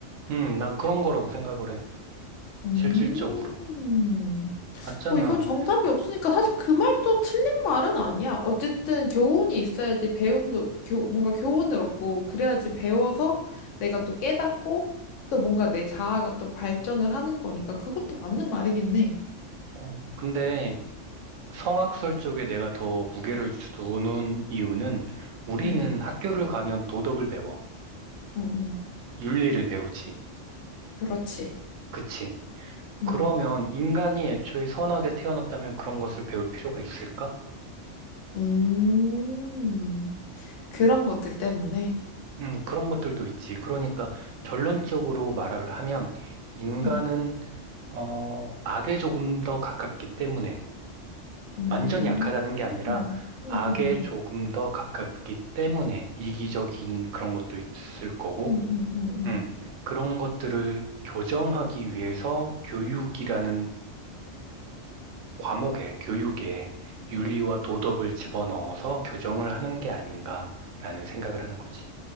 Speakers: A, on the right; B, on the left.
A: 음, 난 그런 거라고 생각을 해.
B: 음.
A: 실질적으로. 맞잖아.
B: 뭐 이건 정답이 없으니까 사실 그 말도 틀린 말은 아니야. 어쨌든 교훈이 있어야지 배움도 교, 뭔가 교훈을 얻고 그래야지 배워서 내가 또 깨닫고 또 뭔가 내 자아가 또 발전을 하는 거니까 그것도 맞는 말이겠네.
A: 어, 근데 성악설 쪽에 내가 더 무게를 두는 이유는 우리는
B: 응,
A: 학교를 가면 도덕을 배워.
B: 응, 응.
A: 윤리를 배우지.
B: 그렇지.
A: 그치?
B: 응.
A: 그러면 인간이 애초에 선하게 태어났다면 그런 것을 배울 필요가 있을까?
B: 음. 그런 것들 때문에.
A: 음, 그런 것들도 있지. 그러니까 결론적으로 말을 하면 인간은,
B: 응.
A: 어, 악에 조금 더 가깝기 때문에
B: 음.
A: 완전히 약하다는 게 아니라
B: 응,
A: 악에
B: 응, 응.
A: 조금 더 가깝기 때문에 이기적인 그런 것도 있을 거고
B: 응, 응, 응, 응.
A: 음, 그런 것들을 교정하기 위해서 교육이라는 과목에, 교육에 윤리와 도덕을 집어넣어서 교정을 하는 게 아닌가라는 생각을 하는 거지.